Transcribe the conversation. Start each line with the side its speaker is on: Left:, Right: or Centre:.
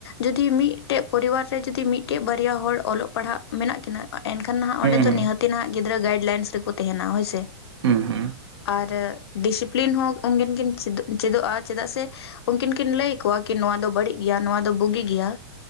Left: ᱡᱩᱚᱫᱤ ᱢᱤᱫᱴᱮᱡ ᱯᱚᱨᱤᱵᱟᱨ ᱨᱮ ᱡᱩᱫᱤ ᱢᱤᱫᱴᱮᱡ ᱵᱟᱨᱭᱟ ᱦᱚᱲ ᱚᱞᱚᱜ ᱯᱟᱲᱦᱟᱜ ᱢᱮᱱᱟᱜ ᱠᱤᱱᱟ, ᱮᱱᱠᱷᱟᱱ ᱱᱟᱦᱟᱜ
Right: ᱦᱩᱸ
Left: ᱚᱸᱰᱮ <unintelligible>
Right: ᱦᱩᱸ
Left: ᱱᱤᱟᱹᱛᱤ ᱱᱟᱦᱟᱜ ᱜᱤᱫᱽᱨᱟᱹ ᱜᱟᱭᱤ ᱞᱟᱭᱤᱱᱥ ᱨᱮᱠᱚ ᱛᱟᱦᱮᱱᱟ ᱦᱳᱭ ᱥᱮ,
Right: ᱦᱩᱸ ᱦᱩᱸ
Left: ᱟᱨ ᱰᱤᱥᱤᱯᱞᱤᱱ ᱦᱚᱸ ᱩᱱᱠᱮᱱ ᱠᱤᱱ ᱪᱮᱫᱼᱪᱮᱫᱚᱜᱼᱟ, ᱪᱮᱫᱟᱜ ᱥᱮ ᱩᱱᱠᱤᱱ ᱠᱤᱱ ᱞᱟᱹᱭ ᱟᱠᱚᱣᱟ ᱠᱤ ᱱᱚᱣᱟ ᱫᱚ ᱵᱟᱹᱲᱤᱡ ᱜᱮᱭᱟ ᱱᱚᱣᱟ ᱫᱚ ᱵᱩᱜᱤ ᱜᱮᱭᱟ᱾